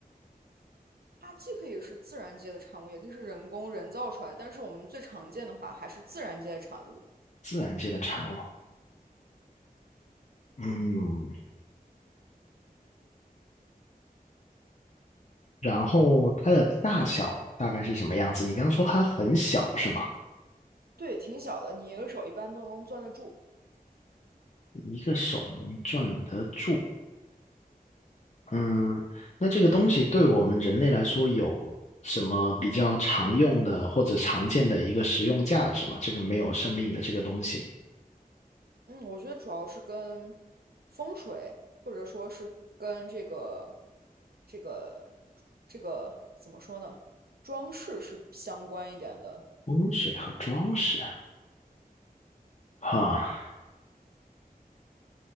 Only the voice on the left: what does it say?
自然界的产物。嗯，然后它的大小大概是什么样子？你刚刚说它很小是吗？
一个手能攥得住。嗯，那这个东西对我们人类来说有什么比较常用的或者常见的一个实用价值吗？这个没有生命的这个东西，
温水和装饰，哈，